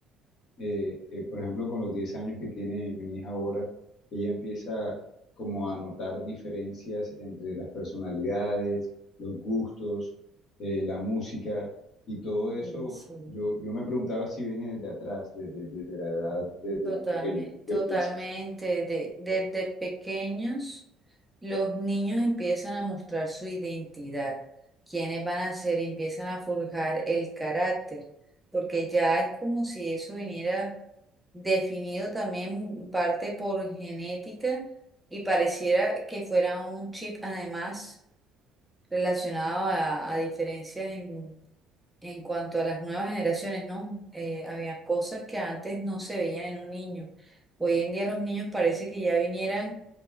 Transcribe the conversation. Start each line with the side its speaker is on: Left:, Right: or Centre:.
Left: eh, eh, por ejemplo, con los 10 años que tiene mi hija ahora, ella empieza como a notar diferencias entre las personalidades, los gustos, eh, la música y todo eso.
Centre: Sí, sí,
Left: Yo, yo me preguntaba si viene desde atrás, desde, desde la edad, desde
Centre: totalmente,
Left: más pequeño. ¿Tú
Centre: totalmente.
Left: ¿Qué piensas?
Centre: De, desde pequeños, los niños empiezan a mostrar su identidad, quiénes van a ser, y empiezan a forjar el carácter, porque ya es como si eso viniera definido también en parte por genética y pareciera que fuera un chip además relacionado a, a diferencias en En cuanto a las nuevas generaciones, ¿no? Eh, había cosas que antes no se veían en un niño. Hoy en día los niños parece que ya vinieran